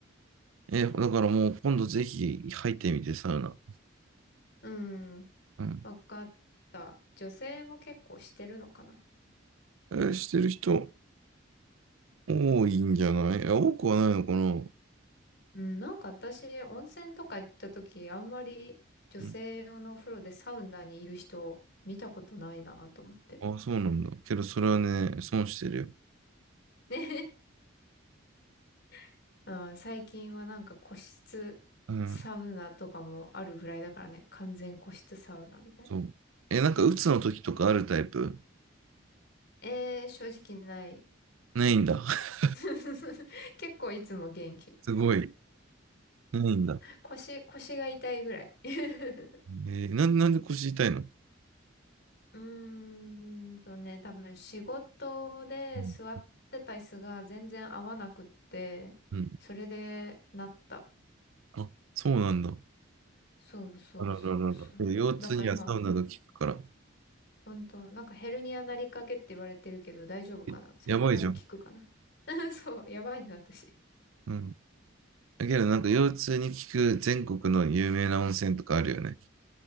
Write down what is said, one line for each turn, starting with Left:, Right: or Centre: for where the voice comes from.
Right: え、だからもう今度ぜひ入ってみて、サウナ。
Left: うん。
Right: うん。
Left: わかった。女性も結構してるのかな。
Right: えーしてる人多いんじゃないいや多くはないのかな、
Left: うん、なんか私、温泉とか行った時、あんまり女性用のお風呂でサウナにいる人見たことないなと思って。
Right: うん、あ、そうなんだ。けどそれはね、損してるよ。
Left: ね <laughs> あー、最近はなんか個室サウナとかもあるぐらいだからね、
Right: うん、
Left: 完全個室サウナみたいな。
Right: そう。え、なんか鬱の時とかあるタイプ
Left: えー、正直ない。
Right: ないんだ。<laughs>
Left: <laughs> 結構いつも元気。
Right: すごい。ないんだ。
Left: 腰、腰が痛いぐらい。<laughs>
Right: えー、なんなんで腰痛いの
Left: うーんとね、多分仕事で座ってた椅子が全然合わなくって、
Right: うんうん。
Left: それでなった。
Right: あ、そうなんだ。
Left: そうそうそうそう。
Right: あらららら。え腰痛にはサウナが効くから。
Left: だから今、本当なんかヘルニアなりかけって言われてるけど大丈夫かなそれでも効くか
Right: えやばいじゃん。
Left: な <laughs> そう、やばいな、私。
Right: うん。だけどなんか腰痛に効く全国の有名な温泉とかあるよね。